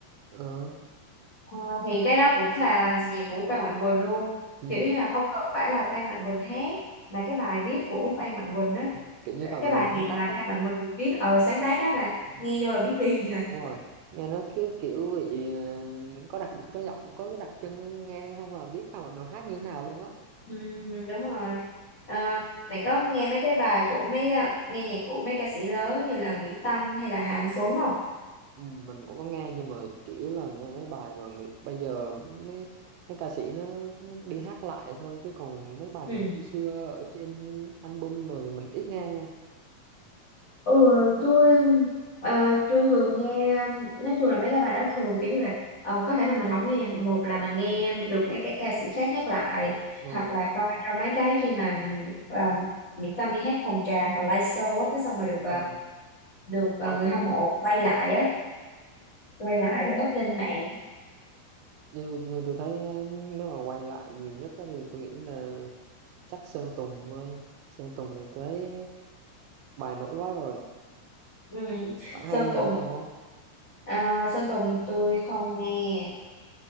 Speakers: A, on the right; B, on the left.
A: ờ,
B: Ờ, thì cái đó cũng là nhạc của Phan Mạnh Quỳnh luôn
A: ừ.
B: kiểu như là không cần phải là Phan Mạnh Quỳnh hát mà cái bài viết của Phan Mạnh Quỳnh á
A: ừ, kiểu như Phan
B: cái
A: Mạnh
B: bài
A: Quỳnh sáng
B: nhạc
A: tác
B: mà
A: á
B: Phan Mạnh Quỳnh viết ờ sáng tác á là
A: Ừ,
B: nghe vô là biết liền à.
A: đúng rồi nghe nó cứ kiểu bị ờ, có đặc có giọng có cái đặc trưng nghe không là biết Phan Mạnh Quỳnh hát như thế nào luôn á
B: Ừ, đúng rồi. À, bạn có nghe mấy cái bài của mấy à, nghe nhạc của mấy ca sĩ lớn như là Mỹ Tâm hay là Hà Anh Tuấn không?
A: Ừ, mình cũng có nghe nhưng mà chủ yếu là nghe mấy bài mà người- bây giờ mấy mấy ca sĩ nó đi hát lại thôi chứ còn mấy bài
B: Ừ.
A: mà xưa xưa ở trên album rồi thì mình ít nghe nha
B: Ừ, tôi à, tôi thường nghe nói chung là mấy cái bài đó thường kiểu như là ờ, có thể là mình không nghe nhạc một là mình nghe được mấy cái ca sĩ khác hát lại
A: ờ,
B: hoặc là coi trong mấy cái khi mà à, Mỹ Tâm đi hát phòng trà hoặc là live show á cái xong rồi được ờ,
A: ờ.
B: được ờ,
A: quay
B: người hâm mộ quay lại á quay lại rồi up lên mạng
A: như, như tôi thấy ờ, nếu mà quay lại nhiều nhất á thì tôi nghĩ là chắc Sơn Tùng thôi. Sơn Tùng thì tôi thấy bài nổi quá rồi
B: ừ.
A: bạn
B: Sơn
A: hay nghe nhạc
B: Tùng
A: Sơn Tùng không
B: Ờ, Sơn Tùng tôi không nghe